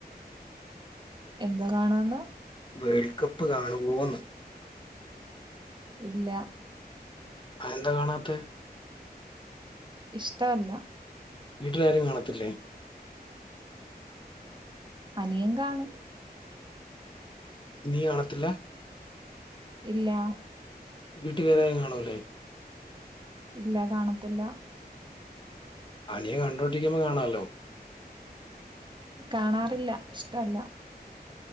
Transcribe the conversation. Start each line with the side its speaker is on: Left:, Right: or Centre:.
Right: എന്തോ കാണോന്ന്
Left: വേൾ കപ്പ് കാണും വോന്ന്
Right: ഇല്ല
Left: അയെന്താ കാണാത്തെ
Right: ഇഷ്ട അല്ല
Left: വീട്ടിലാരും കാണത്തില്ലേ?
Right: അനിയൻ കാണും-
Left: നീ കാണത്തില്ലാ-
Right: ഇല്ലാ
Left: വീട്ടി വേറൊയായും കാണൂല്ലെ
Right: ഇല്ല കാണത്തില്ല
Left: അനിയ കണ്ടോണ്ടിരിക്കുമ്പോ കാണാലോ
Right: കാണാറില്ല ഇഷ്ടല്ല